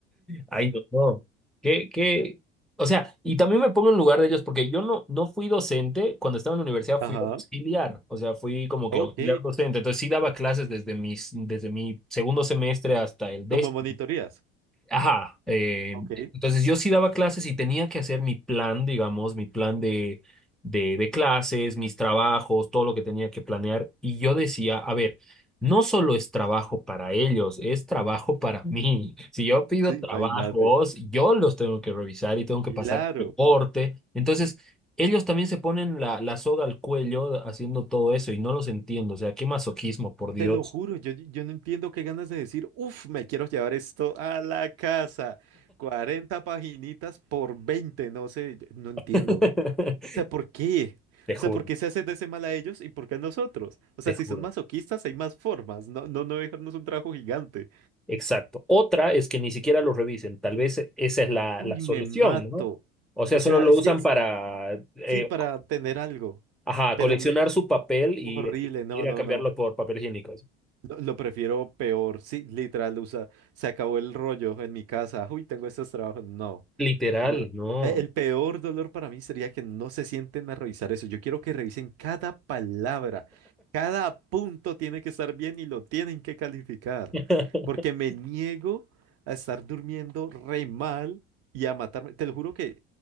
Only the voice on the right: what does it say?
ajá,
ok,
como monitorías.
Ok,
sí, imagínate.
Claro.
Te lo juro, yo, yo no entiendo qué ganas de decir, uff, me quiero llevar esto a la casa. 40 paginitas por 20, no sé, yo no entiendo.
O sea, ¿por qué?
O
sea, ¿por qué se hace de ese mal a ellos y por qué a nosotros? O sea,
si
son masoquistas, hay más formas, no, no, no dejarnos un trabajo gigante.
Uy,
me mato.
O
sea,
es
que s-
sí, para tener algo,
pero
me...
Horrible, no,
no,
no.
Lo, lo prefiero peor, sí, literal, usa, se acabó el rollo en mi casa, uy, tengo estos trabajos, no,
no.
E- El peor dolor para mí sería que no se sienten a revisar eso, yo quiero que revisen cada palabra, cada punto tiene que estar bien y lo tienen que calificar,
porque me niego a estar durmiendo re mal y a matarme, te lo juro que